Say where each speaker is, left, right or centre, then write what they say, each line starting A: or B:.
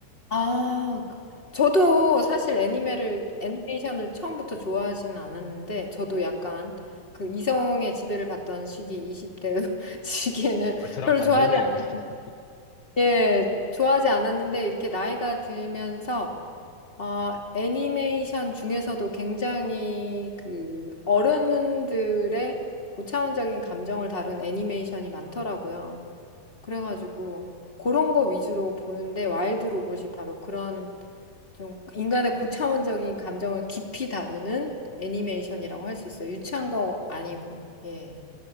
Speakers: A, on the left; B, on the left.
A: 아, 그- 저도 사실 애니메를 애니메이션을 처음부터 좋아하지는 않았는데 저도 약간 그 이성의 지배를 받던 시기 20대 <laughs> 시기에는
B: 아, 저랑
A: 별로
B: 반대네요.
A: 좋아하지 않-
B: <laughs>
A: 예, 좋아하지 않았는데 이렇게 나이가 들면서 어, 애니메이션 중에서도 굉장히 그 어른들의 고차원적인 감정을 다룬 애니메이션이 많더라고요. 그래가지고 그런 거 위주로 보는데 와일드 로봇이 바로 그런 좀 인간의 고차원적인 감정을 깊이 다루는 애니메이션이라고 할 수 있어요. 유치한 거 아니고. 예.